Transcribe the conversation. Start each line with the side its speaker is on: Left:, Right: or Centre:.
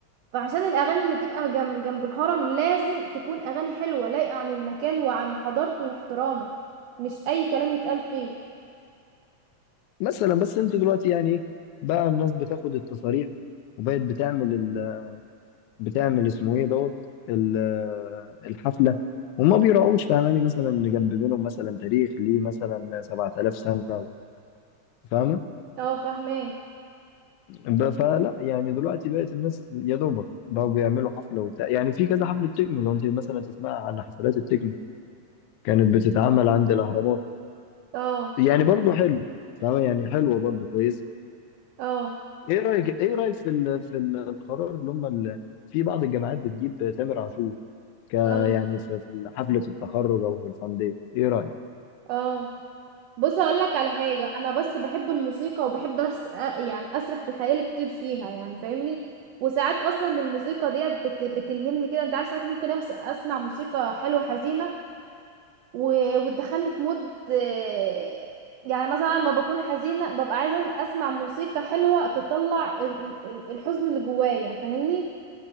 Right: فعشان الاغاني اللي تبقى جنب جنب الهرم لازم تكون اغاني حلوة لايقة عن المكان وعن حضارته واحترامه مش اي كلام يتقال فيه
Left: مثلا بس انت دلوقتي يعني ايه بقى الناس بتاخد التصاريح وبقت بتعمل ال... بتعمل اسمه ايه دوت ال... الحفله وما بيراعوش فاهماني مثلا ان جنب بينهم مثلا تاريخ ليه مثلا 7000 سنه فاهمه
Right: اه فاهماه
Left: ب- فلا يعني دلوقتي بقت الناس يا دوبك بقوا بيعملوا حفله وبتاع يعني في كذا حفله تكنو لو انت مثلا تسمع عن حفلات التكنو كانت بتتعمل عند الاهرامات
Right: اه
Left: يعني برضو حلو فاهمه يعني حلوه برضو كويسه
Right: اه
Left: ايه رايك ايه رايك في ال- في القرار اللي هم ال- في بعض الجامعات بتجيب تامر عاشور ك
Right: اه
Left: يعني في في حفله التخرج او في الفان داي؟ ايه رايك
Right: اه بص اقول لك على حاجه انا بس بحب الموسيقى وبحب أرس... أ- يعني اسرح بخيالي كتير فيها يعني فاهمني وساعات اصلا الموسيقى ديت بت... بتلهمني كده انت عارف ساعات ممكن أمس... اسمع موسيقى حلوه حزينه و... وتدخلني في مود آه، يعني مثلا لما بكون حزينه ببقى عايزه اسمع موسيقى حلوه تطلع ال... ال- الحزن اللي جوايا فاهمني